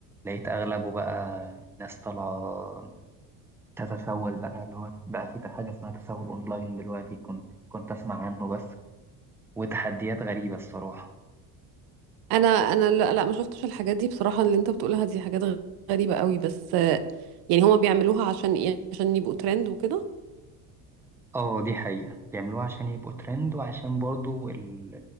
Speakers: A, in the centre; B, on the right.
A: لقيت أغلبه بقى ناس طالعة تتسول بقى اللي هو بقى في حاجة اسمها تسول أونلاين دلوقتي كنت كنت أسمع عنه بس وتحديات غريبة الصراحة
B: انا انا لا, لا ما شفتش الحاجات دي بصراحة اللي انت بتقولها دي حاجات غ- غريبة قوي بس آه، يعني هما بيعملوها عشان ايه عشان يبقوا ترند وكده
A: اه دي حقيقة بيعملوها عشان يبقوا ترند وعشان برضو ال